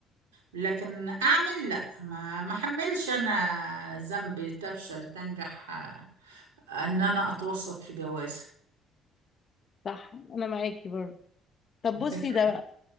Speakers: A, on the right; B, on the left.
A: لكن اعمل لا ما ما احملش انا ذنب تفشل تنجح آه، ان انا اتوسط في جوازها
B: صح انا معاكي برضه طب بصي
A: تمام
B: ده بقى